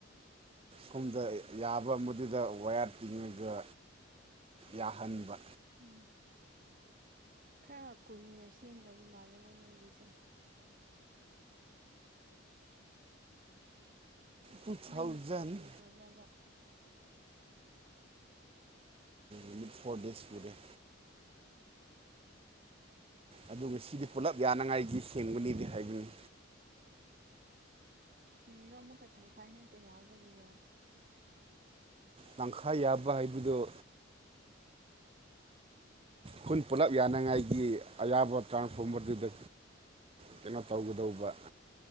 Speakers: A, on the right; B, on the right.
A: ꯁꯣꯝꯗ ꯌꯥꯕ ꯃꯗꯨꯗ ꯋꯥꯌꯥꯔ ꯇꯤꯡꯉꯒ ꯌꯥꯍꯟꯕ
B: ꯎꯝ ꯈꯔ ꯀꯨꯏꯅ ꯁꯦꯝꯗꯕ ꯃꯥꯜꯂꯦꯒꯣ ꯅꯣꯏꯒꯤꯁꯦ
A: ꯇꯨ ꯊꯥꯎꯖꯟ
B: ꯃꯩ ꯃꯇꯨ ꯀꯨꯏꯈ꯭ꯔꯕ꯭ꯔꯥꯒ
A: ꯎꯝ ꯐꯣꯔ ꯗꯦꯁ ꯄꯤꯔꯦꯠ ꯑꯗꯨꯒ ꯁꯤꯗꯤ ꯄꯨꯂꯞ ꯌꯥꯅꯉꯥꯏꯒꯤ ꯁꯦꯡꯕꯅꯤꯗꯤ ꯍꯥꯏꯕꯅꯤ
B: ꯀꯔꯤꯔꯣ ꯑꯃꯨꯛꯈ ꯇꯪꯈꯥꯏꯉꯇ ꯌꯥꯕꯒꯤꯔꯣ
A: ꯇꯪꯈꯥꯏ ꯌꯥꯕ ꯍꯥꯏꯕꯗꯨꯣ ꯈꯨꯟ ꯄꯨꯂꯞ ꯌꯥꯅꯉꯥꯏꯒꯤ ꯑꯌꯥꯕ ꯇꯥꯟ ꯐꯕꯗꯨꯗ ꯀꯩꯅꯣ ꯇꯧꯒꯗꯧꯕ